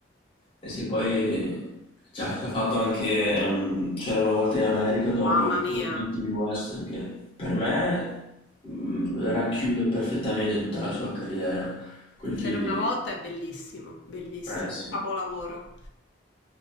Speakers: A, on the left; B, on the left.
A: Eh sì, poi ci ha ci ha fatto anche, ehm, c'era una volta in America dopo,
B: Mamma mia,
A: dopo tutti gli western, che per me mm, racchiude perfettamente tutta la sua carriera, quel
B: c'era
A: film
B: una
A: lì.
B: volta, è bellissimo, bellissimo,
A: Eh sì.
B: un capolavoro.